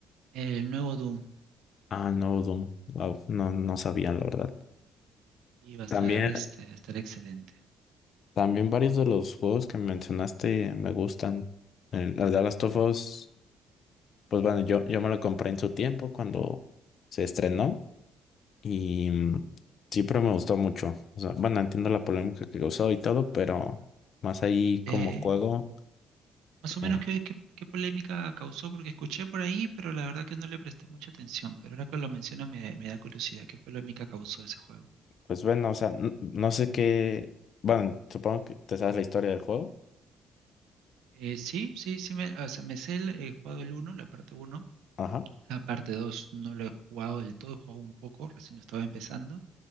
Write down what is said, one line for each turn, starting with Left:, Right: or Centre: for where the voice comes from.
Right: El nuevo Doom.
Left: Ah, no, Doom. Wow, no, no sabía, la verdad.
Right: Y va a
Left: También,
Right: estar, este, va a estar excelente.
Left: también varios de los juegos que mencionaste me gustan. Eh, las de Last of Us, pues bueno, yo, yo me lo compré en su tiempo cuando se estrenó. Y mm, siempre me gustó mucho. O sea, bueno, entiendo la polémica que causó y todo, pero más ahí
Right: Eh,
Left: como juego,
Right: más o
Left: eh,
Right: menos qué, qué, qué polémica causó, porque escuché por ahí, pero la verdad que no le presté mucha atención. Pero ahora que lo mencionas me, me da curiosidad, ¿qué polémica causó ese juego?
Left: pues bueno, o sea, n- no sé qué. Bueno, supongo que te sabes la historia del juego.
Right: Eh, sí, sí, sí, me, o sea, me sé el, he jugado el uno, la parte uno,
Left: Ajá.
Right: La parte 2 no lo he jugado del todo, he jugado un poco, recién lo estaba empezando,